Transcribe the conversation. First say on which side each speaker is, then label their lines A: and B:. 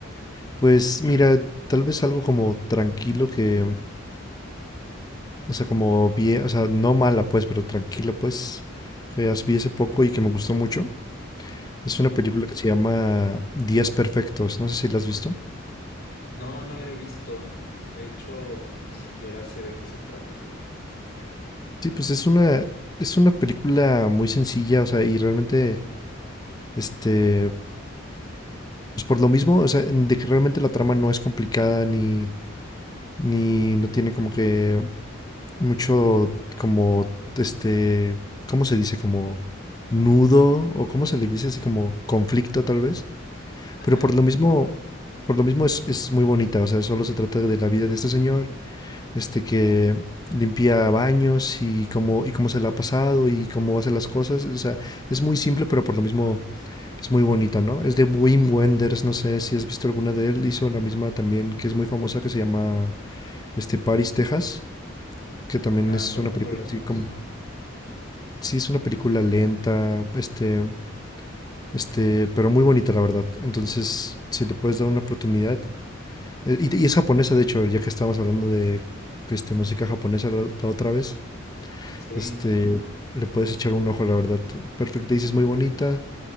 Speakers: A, on the left; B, on the left.
A: pues mira, tal vez algo como tranquilo que, o sea, como bien, o sea, no mala pues, pero tranquila pues, que as- vi hace poco y que me gustó mucho. Es
B: Ujú.
A: una película que se llama Días Perfectos, no sé si la has visto.
B: No, no la he visto, de hecho, ni siquiera sé de qué se trata.
A: Sí, pues es una, es una película muy sencilla, o sea, y realmente, este, pues por lo mismo, o sea, en- de que realmente la trama no es complicada ni, ni no tiene como que mucho, como, este, ¿cómo se dice? Como nudo o cómo se le dice así como conflicto tal vez,
B: Ajá.
A: pero por lo mismo, por lo mismo es, es muy bonita, o sea, solo se trata de la vida de este señor este que limpia baños y cómo, y cómo se la ha pasado y cómo hace las cosas. O sea, es muy simple, pero por lo mismo es muy bonita ¿no? Es de Wim Wenders, no sé si has visto alguna de él. Hizo la misma también, que es muy famosa, que se llama este, Paris, Texas, que también
B: Nada,
A: es
B: tampoco
A: una película
B: la conozco.
A: así como... Sí, es una película lenta, este, este, pero muy bonita, la verdad. Entonces, si le puedes dar una oportunidad. eh, Y, y es japonesa, de hecho, ya que estábamos hablando de este, música japonesa la la otra vez.
B: Sí,
A: Este, le puedes echar un ojo, la verdad. Perfect Days es muy bonita.